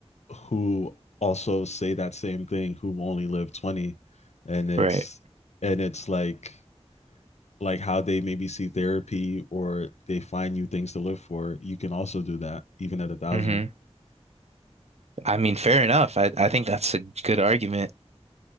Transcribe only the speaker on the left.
who also say that same thing who only live 20 and it's
and it's like like how they maybe see therapy or they find new things to live for, you can also do that even at a thousand.